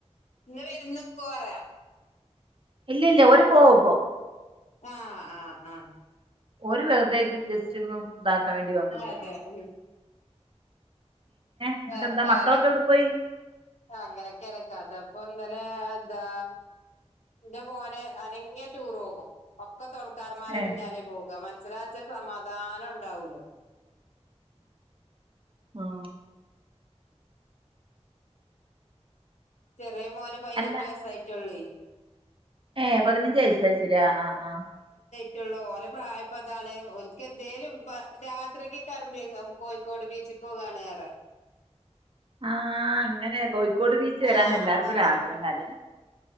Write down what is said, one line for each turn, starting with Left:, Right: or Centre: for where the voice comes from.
Left: ന്ന് വിര്ന്ന്കോ പറ
Right: ഇല്ലില്ല ഒരു പോവുപ്പോ
Left: ആ ആ ആ
Right: ഓര് വെർതെ ജ് ജസ്റ്റ് ന്ന് താ <unintelligible> വന്നന്നേ
Left: അതെ
Right: ഉള്ളു.
Left: ഉം <unintelligible>
Right: എന്നിട്ടെന്താ
Left: എന്തായാലും
Right: മക്കളൊക്കെ എവിടെ പോയി
Left: അങ്ങനെയൊക്കെയാണ് കഥ ഇപ്പോ ന്താ ലെഎന്താ എന്റെ മോന് അനങ്ങിയ ടൂർ പോകും, ഒക്കെ തൊള സാർമാരെ
Right: ഏ
Left: പിന്നാലെ പോകാം. <unintelligible> ധാനം ഉണ്ടാവൂലോ
Right: ആ
Left: ചെറിയ മോന് പതിനഞ്ച്
Right: അല്ല
Left: വയസ്സായിട്ടൊള്ളി.
Right: ഏ, പതിനഞ്ച് വയസ്സായി ശരിയാ, ആ ആ
Left: പറ്റുള്ളൂ ഓലെ പ്രായപ്പോ അതാണ്, ഒനിക്കെന്തേലും രാത്രിക്ക് കറമ്പിയാങ്കാവ് കോഴിക്കോട് ബീച്ചി പോകാണ് ഏറെ.
Right: ആ, അങ്ങനെ ക്കോട് ബീച്ച് വരാൻ
Left: ആഹ്
Right: എല്ലാർക്കും
Left: അതാണേ
Right: ആഗ്രഹ അല്ലെ?